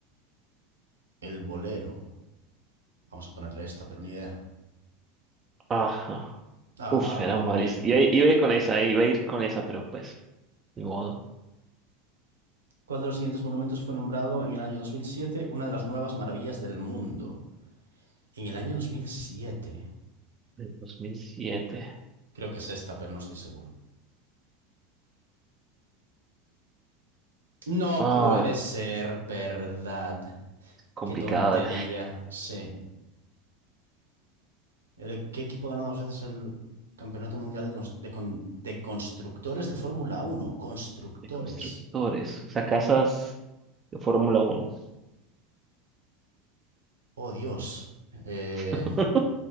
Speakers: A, on the right; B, on the right.
A: El bolero. Vamos a ponerle esta, pero ni idea.
B: Ah, no.
A: Ah,
B: Uf, era
A: mamma
B: Maurice.
A: mía.
B: Iba, iba a ir con esa, eh, iba a ir con esa, pero pues, ni modo.
A: ¿Cuál de los siguientes monumentos fue nombrado en el año 2007 una de las nuevas maravillas del mundo? En el año 2007,
B: En dos mil siete
A: creo que es esta, pero no estoy seguro. No
B: Ah,
A: puede ser verdad.
B: complicado.
A: Qué tontería. Sí. ¿El- ¿Qué equipo ha ganado dos veces el Campeonato Mundial de, cons- de con- de Constructores de Fórmula Uno? Constructores.
B: De constructores. O sea, casas de Fórmula uno
A: Oh, Dios. Eh,
B: <laughs>